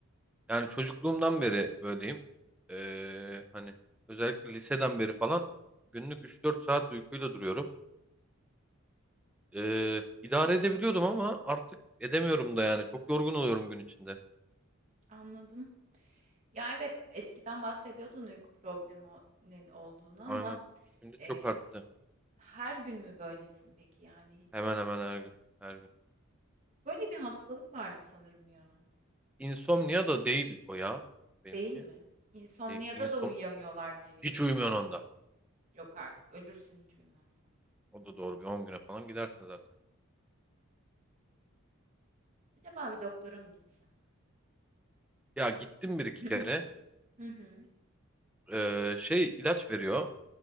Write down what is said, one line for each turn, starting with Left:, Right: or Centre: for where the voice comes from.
Centre: Yani çocukluğumdan beri böyleyim. Ee, hani özellikle liseden beri falan günlük üç dört saat uykuyla duruyorum. Ee, idare edebiliyordum ama artık edemiyorum da yani. Çok yorgun oluyorum gün içinde.
Right: anladım. Ya evet eskiden bahsediyordun uyku probleminin olduğunu ama
Centre: Aynen. Şimdi
Right: e,
Centre: çok arttı.
Right: her gün mü böylesin peki yani hiç?
Centre: Hemen hemen her gün. Her gün.
Right: Böyle bir hastalık vardı sanırım ya.
Centre: İnsomnia da değil o ya. Benimki.
Right: Değil mi? İnsomniyada
Centre: Değil. İnsom
Right: da uyuyamıyorlar diye biliyorum.
Centre: hiç uyumuyorsun onda.
Right: Yok artık ölürsün hiç uyumazsan.
Centre: O da doğru bir 10 güne falan gidersin zaten.
Right: Acaba bir doktora mı gitsen?
Centre: Ya gittim bir iki
Right: <clears throat>
Centre: kere.
Right: Hı hı,
Centre: Ee, şey ilaç veriyor.